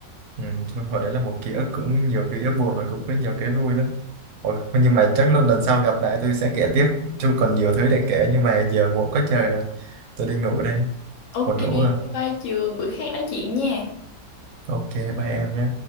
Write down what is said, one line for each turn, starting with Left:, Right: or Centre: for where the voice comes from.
Right: Ừ, cho nên hồi đấy là một ký ức cũng nhiều ký ức buồn và cũng có nhiều cái vui lắm. Ôi, nhưng mà chắc lần lần sau gặp lại tôi sẽ kể tiếp. Chứ còn nhiều thứ để kể nhưng mà giờ muộn quá trời rồi. Tôi đi ngủ đây.
Left: ok
Right: Buồn ngủ
Left: bye
Right: à.
Left: bye trường bữa khác nói chuyện nha
Right: Ok, bye em nhé.